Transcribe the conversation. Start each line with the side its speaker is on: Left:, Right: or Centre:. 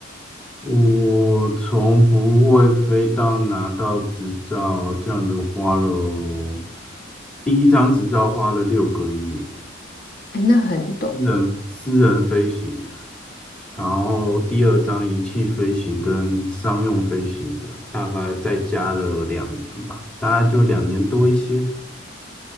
Centre: 我从不会飞到拿到执照，这样子花了，第一张执照花了六个月，
Left: 哎，那很短欸
Centre: 私人私人飞行的，然后第二张仪器飞行跟商用飞行的，大概再加了两年吧，大概就两年多一些。